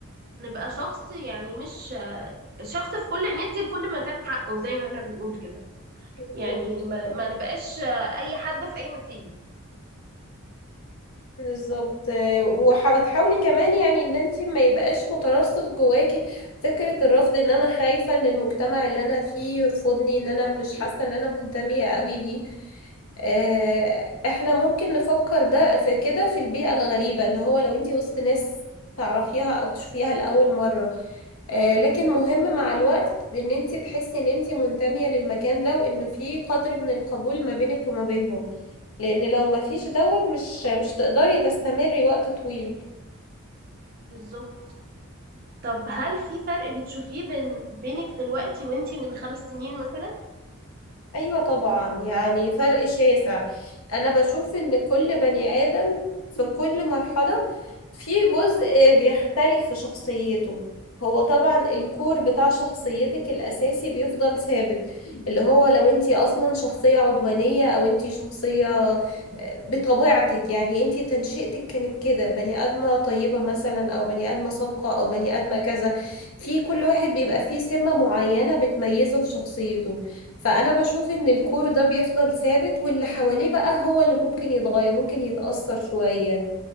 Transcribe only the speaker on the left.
بالظبط
بالظبط. آه، وح- وتحاولي كمان يعني ان انت ما يبقاش مترسخ جواكي فكرة الرفض ان انا خايفة ان المجتمع اللي انا فيه يرفضني ان انا مش حاسة ان انا منتمية قوي ليه آه، احنا ممكن نفكر ده في كده في البيئة الغريبة اللي هو لو انت وسط ناس تعرفيها او تشوفيها لأول مرة آه، لكن مهم مع الوقت ان انت تحسي ان انت منتمية للمكان ده وان في قدر من القبول ما بينك وما بينهم لان لو ما فيش دوت مش مش تقدري تستمري وقت طويل
أيوة طبعا يعني فرق شاسع أنا بشوف إن كل بني آدم في كل مرحلة في جزء بيختلف في شخصيته هو طبعا الكور بتاع شخصيتك الأساسي بيفضل ثابت اللي هو لو انتي أصلا شخصية عدوانية أو انتي شخصية آه، بطبيعتك يعني انتي تنشئتك كانت كده بني آدمة طيبة مثلا أو بني آدمة صادقة أو بني آدمة كذا في كل واحد بيبقى فيه سمة معينة بتميزه في شخصيته فأنا بشوف إن الكور ده بيفضل ثابت واللي حواليه بقى هو اللي ممكن يتغير ممكن يتأثر شوية